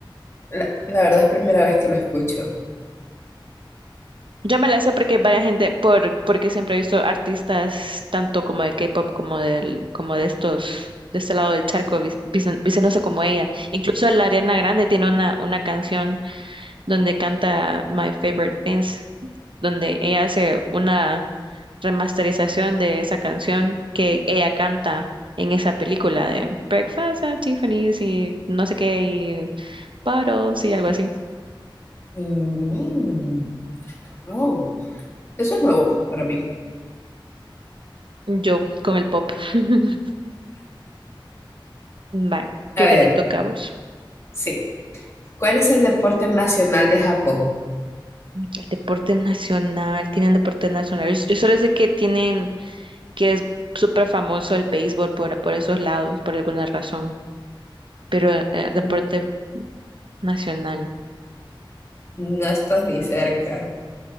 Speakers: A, on the left (about 30°); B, on the right (about 70°).
A: La, la verdad es primera vez que lo escucho.
B: Yo me la sé porque hay varias gente, por, porque siempre he visto artistas tanto como de K-pop como del, como de estos, de este lado del charco, vis- vis- vistiéndose como ella. Incluso la Ariana Grande tiene una, una canción donde canta My Favorite Things, donde ella hace una remasterización de esa canción que ella canta en esa película de Breakfast at Tiffany's y no sé qué, y Bottles y algo así.
A: Mm, oh, eso es nuevo para mí.
B: Yo con el pop. <laughs> Va,
A: A
B: creo
A: ver,
B: que te toca a vos.
A: sí. ¿Cuál es el deporte nacional de Japón?
B: El deporte nacional, tienen deporte nacional. Yo, yo solo sé que tienen, que es súper famoso el béisbol por, por esos lados, por alguna razón. Pero eh, deporte
A: Mm,
B: nacional
A: No estás ni cerca.